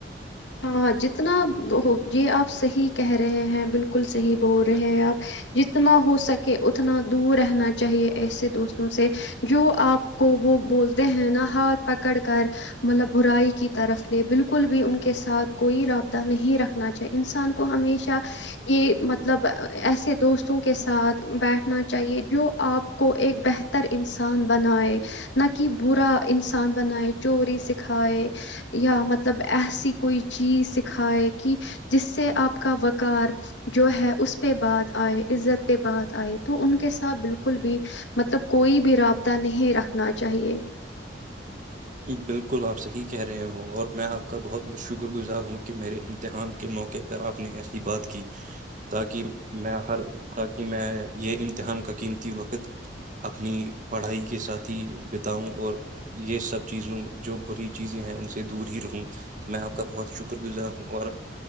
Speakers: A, on the left (about 75°); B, on the right (about 45°).
A: ہاں جتنا وہ یہ آپ صحیح کہہ رہے ہیں بالکل صحیح بول رہے ہیں آپ جتنا ہو سکے اتنا دور رہنا چاہیے ایسے دوستوں سے جو آپ کو وہ بولتے ہیں نا ہاتھ پکڑ کر مطلب برائی کی طرف لے بالکل بھی ان کے ساتھ کوئی رابطہ نہیں رکھنا چاہیے انسان کو ہمیشہ یہ مطلب ایسے دوستوں کے ساتھ بیٹھنا چاہیے جو آپ کو ایک بہتر انسان بنائے نہ کہ برا انسان بنائے چوری سکھائے یا مطلب ایسی کوئی چیز سکھائے کہ جس سے آپ کا وقار جو ہے اس پہ بات آئے عزت پہ بات آئے تو ان کے ساتھ بالکل بھی مطلب کوئی بھی رابطہ نہیں رکھنا چاہیے
B: بالکل آپ صحیح کہہ رہے ہو اور میں آپ کا بہت بت شکر گزار ہوں کہ میرے امتحان کے موقعے پر آپ نے ایسی بات کی تاکہ میں ہر تاکہ میں یہ امتحان کا قیمتی وقت اپنی پڑھائی کے ساتھ ہی بتاؤں اور یہ سب چیزوں جو بری چیزیں ہیں ان سے دور ہی رہوں تو میں آپ کا بہت شکر گزار ہوں اور